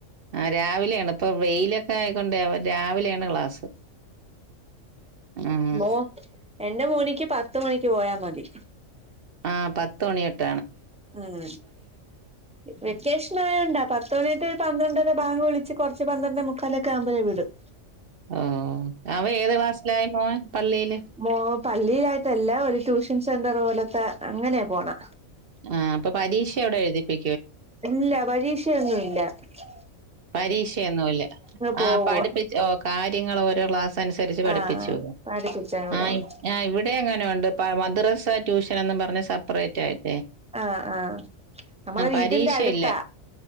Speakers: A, on the right; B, in the centre.
A: ആ രാവിലെയാണ് ഇപ്പൊ വെയിലൊക്കെ ആയികൊണ്ടേ അവൻ രാവിലെയാണ് ക്ലാസ് മ് മ്
B: ഓ എന്റെ മോനിക്ക് പത്ത് മണിക്ക് പോയാ മതി
A: ആഹ പത്ത് മണി എട
B: ഉം വെക്കേഷൻ ആയോണ്ടാ പത്ത് മിനിറ്റ് ഒരു പന്ത്രര ഒക്കെ ബാങ്ക് വിളി കുറച്ച് പന്ത്രണ്ടെ മുക്കാലൊക്കെ ആവൂമ്പോഴേ വിടും
A: ഓ അവൻ ഏത് ക്ലാസ്സിലായി മോൻ പള്ളിൽ
B: മോൻ പള്ളിലായിട്ടല്ല ഒരു ട്യൂഷൻ സെന്റർ പോലത്തെ അങ്ങനെയ പോണ്
A: ആ അപ്പൊ പരീക്ഷ എവിടെ എഴുതിപ്പി
B: ഇല്ല പരീക്ഷയൊന്നുംല്ല ശ്
A: പരീക്ഷയൊന്നുല്ല
B: പോവുവ
A: ആ പഠിപ്പി ഓ കാര്യങ്ങൾ ഓരോ ക്ലാസ് അനുസരിച്ച് പഠിപ്പിച്ചു
B: ആഹ് പഠിപ്പിച്ചങ്ങ്
A: ആ
B: പോവും
A: ആഹ് ഇവിടെ അങ്ങനെ ഉണ്ട് പ മദ്രസ ട്യൂഷനെന്നും പറഞ്ഞ് സെപ്പറേറ്റ് ആയിട്ട്
B: ആഹ് ആഹ് നമ്മള വീട്ടിന്റെ
A: പരീക്ഷയില്ല
B: അടുത്താ